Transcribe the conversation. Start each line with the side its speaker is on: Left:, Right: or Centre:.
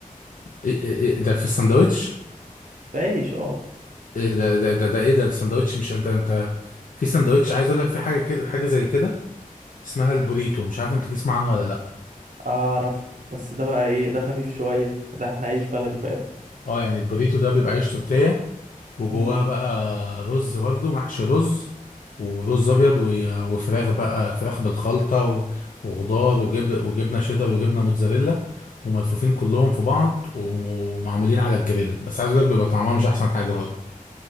Left: إيه... إيه... إيه... ده في الساندوتش
Right: بعيش اه
Left: ايه ده ده ده, ده ايه ده الساندوتش مش انت انت في ساندوتش عايز اقول لك في حاجه كده حاجه زي كده اسمها البوريتو مش عارف انت تسمع عنها ولا لا
Right: اعرف بس ده بقى ايه ده خفيف شويه ده احنا عيش بلدي فاهم
Left: اه يعني البوريتو ده بيبقى عيش تورتيه وجواه
Right: امم
Left: بقى رز برضه محشي رز ورز ابيض و- وفراخ بقى فراخ بالخلطه و- وخضار وجب وجبنه شيدر وجبنه موتزاريلا وملفوفين كلهم في بعض ومعمولين على الجريل بس عايز اقول لك بيبقى طعمها مش احسن حاجه برضه